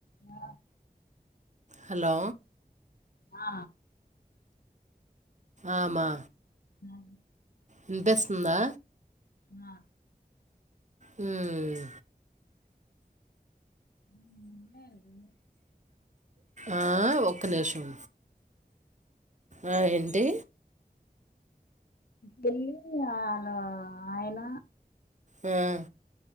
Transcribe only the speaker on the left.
ఆ
ఆ
ఆ
ఆ
ఉమ్ ఉండారు
వెళ్ళి అను ఆయన